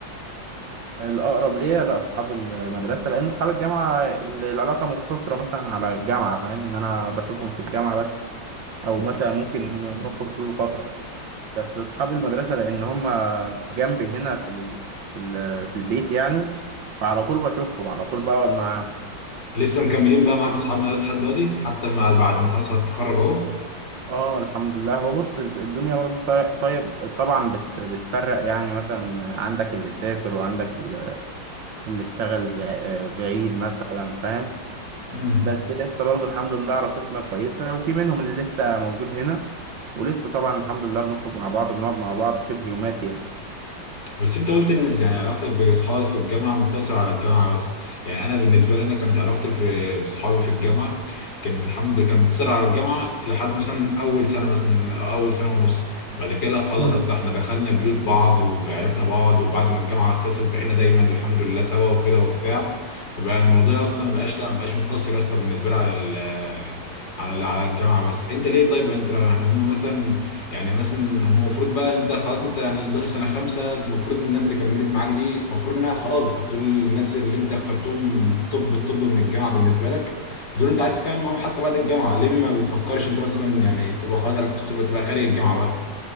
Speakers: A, on the right (about 70°); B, on the left (about 65°).
A: الأقرب ليا لا أصحاب المدرسة لأن أصحاب الجامعة ال- العلاقة مقتصرة مثلا على الجامعة فاهم إن أنا بشوفهم في الجامعة بس أو مثلا ممكن نخرج كل فترة بس أصحاب المدرسة لأن هما جنبي هنا في ال... في ال... في البيت يعني فعلى طول بشوفهم على طول بقعد معاهم
B: لسه مكملين بقى معاك صحاب المدرسه لحد دلوقتي حتى مع بعد ما خلاص هتتخرج اهو
A: اه الحمد لله هو بص الدنيا برضه طي- طيب طبعا بت... بتفرق يعني مثلا عندك اللي سافر وعندك اللي اللي اشتغل بع- بعيد مثلا فاهم
B: امم
A: بس لسه برضه الحمد لله علاقتنا كويسة وفي منهم اللي لسه موجود هنا ولسه طبعا الحمد لله بنخرج مع بعض بنقعد مع بعض شبه يوماتي يعني
B: بس انت قلت ان يعني علاقتك باصحابك في الجامعه مقتصره على الجامعه بس يعني انا بالنسبه لي انا كانت علاقتي في باصحابي في الجامعه كانت الحمد لله كانت مقتصره على الجامعه لحد مثلا اول سنه مثلا أو اول سنه ونص بعد كده لا خلاص
A: امم
B: يا اسطى احنا دخلنا بيوت بعض وعرفنا بعض وبعد ما الجامعه خلصت بقينا دايما الحمد لله سوا وكده وبتاع فبقى الموضوع اصلا ما بقاش لا ما بقاش مقتصر اصلا بالنسبه لي على ال- على ال- على الجامعه بس انت ليه طيب انت لو- يعني هم مثلا يعني مثلا هم المفروض بقى انت خلاص انت يعني دلوقتي في سنه خمسه فالمفروض الناس اللي كملت معاك دي المفروض انها خلاص دول الناس اللي انت اخترتهم طب الطب من الجامعه بالنسبه لك فدول انت عايز تكمل معاهم حتى بعد الجامعه ليه ما بتفكرش انت مثلا يعني تبقى خلاص علاقتك تبقى تبقى خارج الجامعه بقى